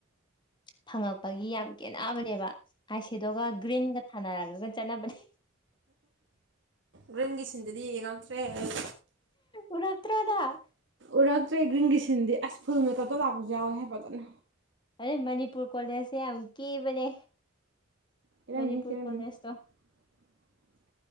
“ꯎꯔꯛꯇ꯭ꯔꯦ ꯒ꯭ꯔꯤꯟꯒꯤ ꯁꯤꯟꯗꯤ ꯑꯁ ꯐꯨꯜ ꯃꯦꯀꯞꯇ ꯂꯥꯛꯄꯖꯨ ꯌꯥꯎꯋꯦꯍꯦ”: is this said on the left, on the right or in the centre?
Right